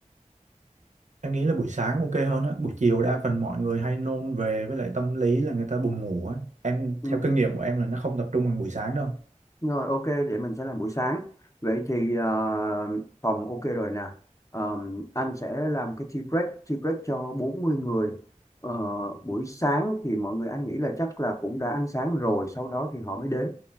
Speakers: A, on the right; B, on the left.
A: em nghĩ là buổi sáng ok hơn á buổi chiều đa phần mọi người hay nôn về với lại tâm lý là người ta buồn ngủ á em
B: Ừ.
A: theo kinh nghiệm của em là nó không tập trung bằng buổi sáng đâu
B: Rồi ok vậy mình sẽ làm buổi sáng. Vậy thì ờ, phòng ok rồi nè. Ờ, anh sẽ làm cái tea break, tea break cho 40 người. Ờ, buổi sáng thì mọi người anh nghĩ là chắc là cũng đã ăn sáng rồi, sau đó thì họ mới đến.